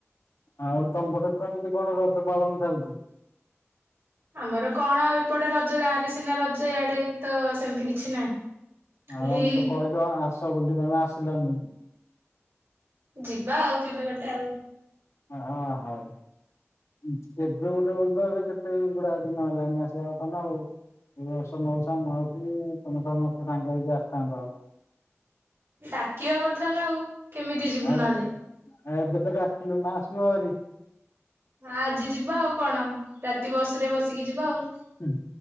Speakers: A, on the left (about 75°); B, on the right (about 60°).
A: ଆଉ ତମ ପଟେ କେମିତି କଣ ରଜ ପାଳନ ଚାଲିଛି?
B: ଆମର କଣ ଆଉ ଏପଟେ ରଜ ଗାଁ ରେ ସିନା ରଜ ଇଆଡ଼େ ତ ସେମିତି କିଛି ନାହିଁ। ଖାଲି
A: ଆଉ ଆମେ ତ କହିଲୁ ହଁ ଆସ ବୁଲି ତମେ ଆସିଲନି।
B: ଯିବା ଆଉ କେବେ ଗୋଟେ ଆଉ।
A: ହଁ ହଉ। କେବେ ଗୋଟେ ବୋଲିତ ଏବେ କେତେ ଗୁଡ଼ାଏ ଦିନ ହେଲାଣି ଆସିବା କଥାନା ଆଉ। ଏ ବର୍ଷ ମଉସା ମାଉସୀ ତମେ ସମସ୍ତେ ସାଙ୍ଗ ହେଇକି ଆସିଥାନ୍ତ।
B: ଡାକିବା କଥା ନା ଆଉ କେମିତି ଯିବୁ
A: ଆ
B: ନହେଲେ?
A: ଏବେ ତ ଡ଼ାକିଲୁ ନା ଆସିବ ଆରି।
B: ହଁ ଆଜି ଯିବା ଆଉ କଣ ରାତି ବସରେ ବସିକି ଯିବା ଆଉ।
A: ହୁ